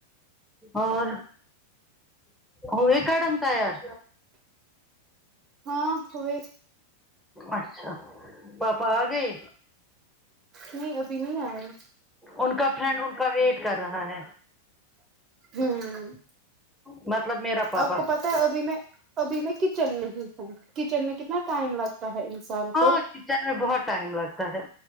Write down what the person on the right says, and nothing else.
ہاں ہوئے
نہیں ابھی نہیں آئے
امم
آپ کو پتہ ہے ابھی میں ابھی میں کچن میں ہی ہوں کچن میں کتنا ٹائم لگتا ہے انسان
کو